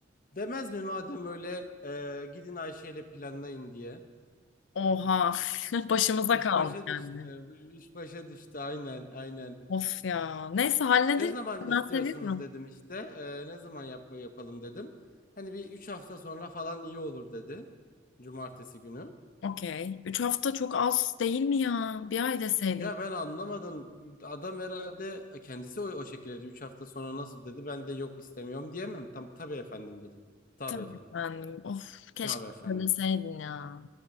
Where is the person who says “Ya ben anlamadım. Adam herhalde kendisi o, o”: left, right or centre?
Left